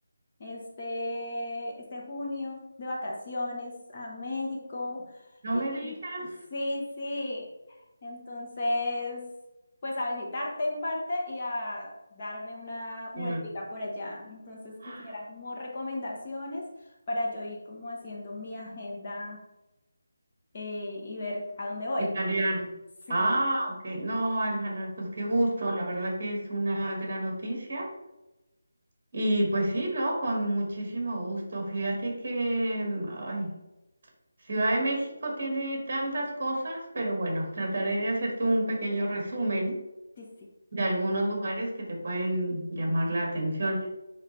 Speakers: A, on the left (about 30°); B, on the right (about 35°).
A: este, este junio de vacaciones a México.
B: No
A: Y
B: me digas.
A: y- sí, sí. Entonces, pues a visitarte en parte y a darme una vueltica
B: Ya.
A: por allá. Entonces
B: <gasps>
A: quisiera como recomendaciones para yo ir como haciendo mi agenda eh, y ver a dónde voy.
B: Y planear.
A: Sí.
B: Ah, ok. No, Alejandra, pues qué gusto. La verdad que es una gran noticia. Y pues sí, ¿no? Con muchísimo gusto. Fíjate que, mm, ay, Ciudad de México tiene tantas cosas, pero bueno, trataré de hacerte un pequeño resumen
A: Sí, sí,
B: de algunos lugares que te pueden llamar la atención.